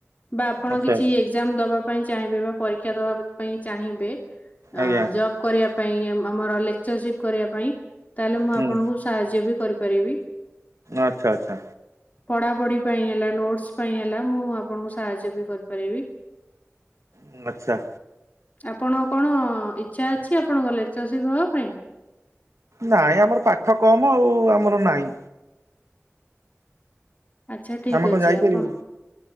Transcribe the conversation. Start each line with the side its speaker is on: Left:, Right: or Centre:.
Left: ବା ଆପଣ
Right: ଆଚ୍ଛା
Left: କିଛି
Right: ଆଚ୍ଛା
Left: ଏଜାମ ଦବା ପାଇଁ ଚାହିଁବେ ବା ପରୀକ୍ଷା ଦେବା ପାଇଁ ଚାହିଁବେ ଅ
Right: ଆଜ୍ଞା
Left: ଜବ୍ କରିବା ପାଇଁ ଆମର ଲେକ୍ଚର କରିବା ପାଇଁ ତାହଲେ ମୁଁ
Right: ହୁଁ
Left: ଆପଣଙ୍କୁ ସାହାଯ୍ୟ ବି କରିପାରିବି।
Right: ଆଚ୍ଛା ଆଚ୍ଛା
Left: ପଢାପଢି ପାଇଁ ହେଲା ନୋଟସ ପାଇଁ ହେଲା ମୁଁ ଆପଣଙ୍କୁ ସାହାଯ୍ୟ ବି କରିପାରିବି।
Right: ହ ଆଛା
Left: ଆପଣଙ୍କ କଣ ଇଚଛା ଅଛି ଆପଣଙ୍କ ଲେକ୍ଚରସିପ ହବା ପାଇଁ
Right: ନାଇଁ ଆମର ପାଠ କମ ଆଉ ଆମର ନହିଁ।
Left: ଆଛା ଠିକ
Right: ଆମେ କଣ
Left: ଅଛି
Right: ଯାଇପାରିବୁ।
Left: ଆପଣ